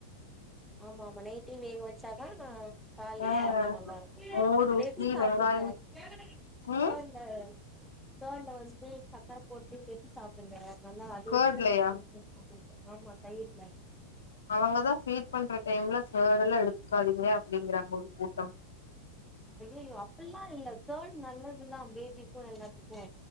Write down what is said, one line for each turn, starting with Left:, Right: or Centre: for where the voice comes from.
Centre: ஆமா ஆமா நைட்டே வேக வெச்சாதா நா கால்ல
Left: ஆ
Centre: சாப்ட நல்லா இருக்கு
Left: மோர் ஊத்தி
Centre: ரெடி சா
Left: வெங்காயம்
Centre: தேன்ல
Left: ம்
Centre: தேன்ல வந்து சக்கர போட்டு சாப்டுங்க நல்லா அது
Left: கேர்ட்லயா
Centre: <unintelligible> ஆமா தயிர்ல
Left: அவுங்கதா ஃபீட் பண்ற டைம்ல கர்ட் எல்லா எடுத்துக்காதீங்க அப்டிங்குறாங்க ஒரு கூட்டோ
Centre: ஐயையோ அப்டில்லா இல்ல கர்ட் நல்லதுதா பேபிக்கு எல்லாத்துக்கு